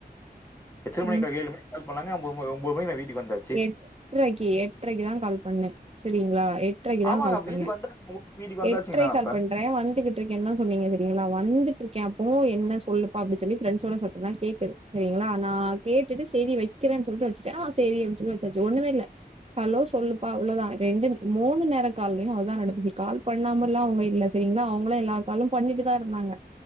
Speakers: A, on the left (about 15°); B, on the right (about 40°).
A: எத்தன மணிக்கா
B: ம்
A: ஏழு மணி கால் பண்ணாங்க ஒன்பது மணிக்கு வீட்டுக்கு வந்த
B: எட்டரைக்கு எட்டரைக்குதா கால் பண்ணே சரிங்களா எ ட்ரைக்குதா
A: ஆமாங்க.
B: கால் பண்ணே
A: வீட்டுக்கு வந்தாச்சுங்க. வீட்டுக்கு வந்தாச்சுங்க
B: எட்ரைக்கு
A: நான்
B: கால்
A: அப்ப.
B: பண்றே வந்துகிட் ருக்கேதா சொன்னீங்க தெரியுங்ளா வந்துட்டு இருக்கேப்போ என்ன சொல்லுப்பா அப்படின்னு சொல்லி ஃப்ரெண்ட்ஸோட சத்தோதா கேக்குது சரிங்ளா நா கேட்டுட்டு சேரி வைக்கிறேன்னு சொல்லிட்டு வச்சுட்ட சேரின்னு சொல்லி வச்சாச்சு ஒண்ணுமே இல்ல ஹலோ சொல்லுப்பா அவ்வளோதா ரெண்டு மூணு நேர கால்லையு அதா நடந்துச்சு கால் பண்ணாமல்லா அவங்க இல்ல சரிங்களா அவங்களு எல்லா காலு பண்ணிட்டுதா இருந்தாங்க